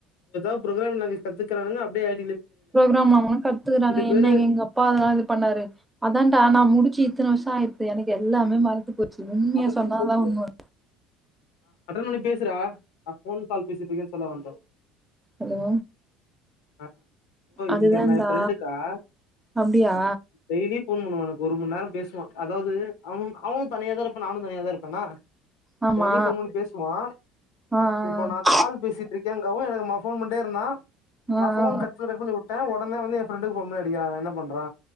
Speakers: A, on the left (about 80°); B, in the centre.
A: எதோ புரோகிராம் நாலேஜ் கத்துக்கரானுங்க அப்டியே ஐ
B: ப்ரோக்ராம் அவுங்களா கத்துக்கறாங்க
A: பேரு
B: என்ன எங்க அப்பா அதெல்லா இது பண்ணாரு அதான்டா
A: ஆ
B: நா முடிச்சு இத்தன வருஷ ஆயிறுத்து எனக்கு எல்லாமே மறந் து போச்சு உண்மிய
A: அட்டெண்ட்
B: சொன்னா
A: பண்ணி பேசுறியா?
B: அதா உண்ம
A: ஆ அட்டெண்ட் பண்ணி பேசுடா. நான் ஃபோன் கால் பேசிட்டு இருக்கேன்னு சொல்ல வந்தேன்.
B: ஹலோ
A: ஆ. ஓ! இங்க
B: அதுதான்டா
A: என் ஃப்ரெண்டுக்கா.
B: அப்டியா
A: டெய்லி ஃபோன் பண்ணுவா எனக்கு ஒருமண் நேர பேசுவா அதாவ்து அவ அவனு தனியாதா இருப்பா நானு தனியாதா இருப்பனா
B: ஆமா
A: டெய்லி ஃபோன் பண்ணி பேசுவா
B: ஆ ஆ
A: இப்ப நா கால் பேசிட்ருக்கேங்கவு ஃபோன் பண்ட்டே இருந்தா
B: ஆ
A: நா ஃபோன்
B: ஆ
A: கட் பண்ணி கட் பண்ணி உட் ட ஒடனே வந்து எ ஃப்ரெண்டுக்கு ஃபோன் பண்ணி அடிக்கிறா அவ என்ன பண்றா